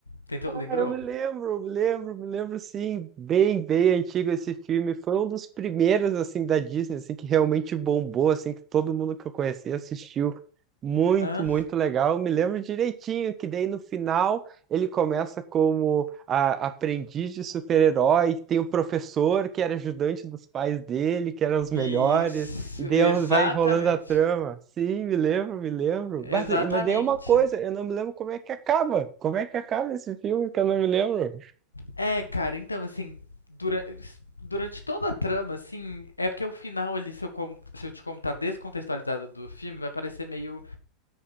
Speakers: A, on the left; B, on the right.
A: Tentou,
B: Ah,
A: lembrou?
B: eu me lembro, me lembro, me lembro sim, bem, bem antigo esse filme. Foi um dos primeiros assim da Disney, assim que realmente bombou, assim que todo mundo que eu conheci assistiu. Muito,
A: Hã?
B: muito legal. Eu me lembro direitinho que daí no final ele começa como a- aprendiz de super-herói, tem o professor que era ajudante dos pais dele, que eram os melhores.
A: Isso,
B: E daí
A: exatamente.
B: ela vai rolando a trama. Sim, me lembro, me lembro. Mas,
A: Exatamente.
B: mas daí é uma coisa, eu não me lembro como é que acaba. Como é que acaba esse filme que eu não me lembro?
A: É, cara, então, assim, dura- durante toda a trama, assim, é porque o final ali, se eu, con- se eu te contar descontextualizado do filme, vai parecer meio,